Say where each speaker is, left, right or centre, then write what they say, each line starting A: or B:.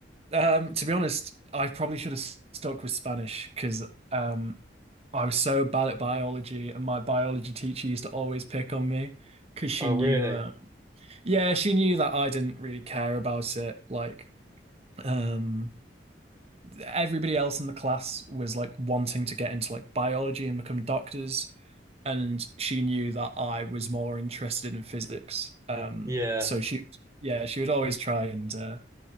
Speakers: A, on the right (about 35°); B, on the right (about 20°).
A: um, to be honest, I probably should have s- stuck with Spanish because um, I was so bad at biology, and my biology teacher used to always pick on me because she
B: Oh,
A: knew.
B: really?
A: Uh, yeah, she knew that I didn't really care about it. Like, Um, everybody else in the class was like wanting to get into like biology and become doctors, and she knew that I was more interested in physics. Um,
B: Yeah.
A: so she, yeah, she would always try and uh,